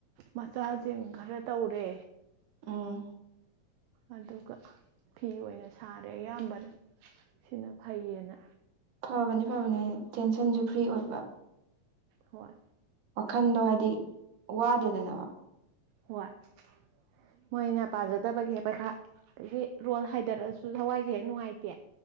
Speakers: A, on the right; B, on the right.
A: ꯃꯆꯥꯖꯤꯡ ꯈꯔ ꯇꯧꯔꯦ
B: ꯎꯝ
A: ꯑꯗꯨꯒ ꯐꯤ ꯑꯣꯏꯅ ꯁꯥꯔꯦ ꯑꯌꯥꯝꯕꯅ ꯁꯤꯅ ꯐꯩꯌꯦꯅ
B: ꯐꯕꯅꯦ ꯐꯕꯅꯦ ꯇꯦꯟꯁꯟꯖꯨ ꯐ꯭ꯔꯤ ꯑꯣꯏꯕ
A: ꯍꯣꯏ
B: ꯋꯥꯈꯟꯗꯣ ꯍꯥꯏꯗꯤ ꯋꯥꯗꯦꯗꯅ
A: ꯍꯣꯏ ꯃꯣꯏꯅ ꯄꯥꯖꯗꯕꯒꯤ ꯄꯩꯈꯥ ꯑꯗꯒꯤ ꯔꯣꯜ ꯍꯥꯏꯗꯔꯛꯑꯁꯨ ꯊꯋꯥꯏꯖꯦ ꯍꯦꯛ ꯅꯨꯡꯉꯥꯏꯇꯦ